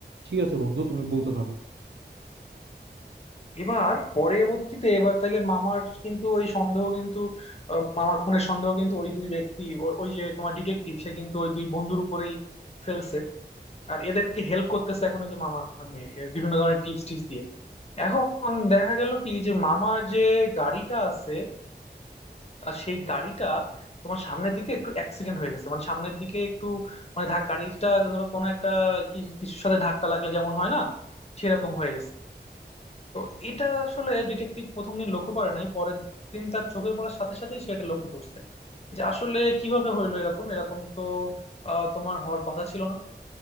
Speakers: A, on the right (about 80°); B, on the left (about 35°).
A: ঠিক আছে বন্ধু তুমি বলতে থাকো
B: এবার পরবর্তীতে এবার তাইলে মামার কিন্তু ওই সন্দেহ কিন্তু আহ, মামার খুনের সন্দেহ কিন্তু ওই দুই ব্যক্তি ও- ওই যে তোমার ডিটেকটিভ সে কিন্তু ওই দুই বন্ধুর উপরেই ফেলছে আর এদেরকে হেল্প করতেছে এখন ওই যে মামার মেয়ে এর বিভিন্ন ধরনের টিপস টিপস দিয়ে এখন দেখা গেল কি যে মামার যে গাড়িটা আছে আর সেই গাড়িটা তোমার সামনের দিকে একটু অ্যাক্সিডেন্ট হয়ে গেছে মানে সামনের দিকে একটু মানে ধাক- গাড়িটা ধরো কোনো একটা কি- কিছুর সাথে ধাক্কা লাগলে যেমন হয় না সেরকম হয়ে গেছে তো এটা আসলে ডিটেকটিভ প্রথম দিন লক্ষ্য করে নাই পরের দিন তার চোখে পড়ার সাথে সাথেই সে এটা লক্ষ্য করছে যে আসলে কিভাবে হইলো এরকম এরকম তো আহ তোমার হওয়ার কথা ছিল না